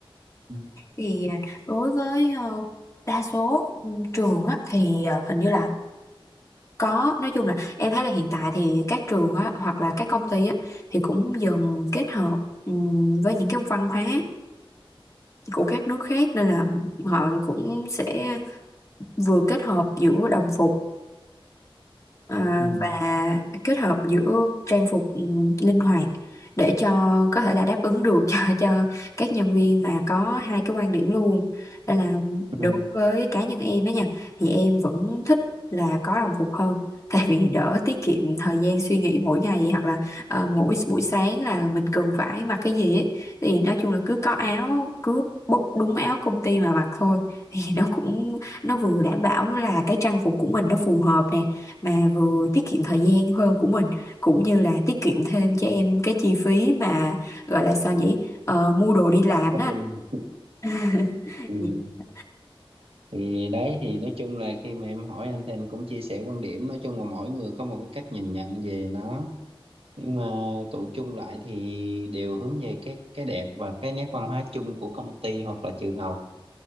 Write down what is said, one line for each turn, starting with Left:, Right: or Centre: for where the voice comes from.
Right: ừ.
Left: thì à, đối với ờ, đa số ừ, trường á thì à, hình như là Có, nói chung là em thấy là hiện tại thì các trường á, hoặc là các công ty á, thì cũng dần kết hợp ừm, với những cái văn hóa của các nước khác nên là họ cũng sẽ vừa kết hợp giữa đồng phục Ờ,
Right: Ừ.
Left: và kết hợp giữa trang phục ừ, linh hoạt để cho có thể là đáp ứng được cho <laughs> cho các nhân viên mà có hai cái quan điểm luôn nên là đối
Right: Ừ.
Left: với cá nhân em á nha thì em vẫn thích là có đồng phục hơn <laughs> tại vì đỡ tiết kiệm thời gian suy nghĩ mỗi ngày hoặc là ờ, mỗi buổi sáng là mình cần phải mặc cái gì ấy thì nói chung là cứ có áo cứ bốc đúng áo công ty mà mặc thôi <laughs> thì nó cũng nó vừa đảm bảo là cái trang phục của mình nó phù hợp nè mà vừa tiết kiệm thời gian hơn của mình cũng như là tiết kiệm thêm cho em cái chi phí mà gọi là sao nhỉ Ờ, mua đồ đi làm
Right: Nhất
Left: đó
Right: định.
Left: <laughs>
Right: Ừ.
Left: Dạ.
Right: thì đấy thì nói chung là khi mà em hỏi anh thì anh cũng chia sẻ quan điểm nói chung là mỗi người có một cái cách nhìn nhận về nó nhưng mà tụ chung lại thì đều hướng về cái cái đẹp và cái nét văn hóa chung của công ty hoặc là trường học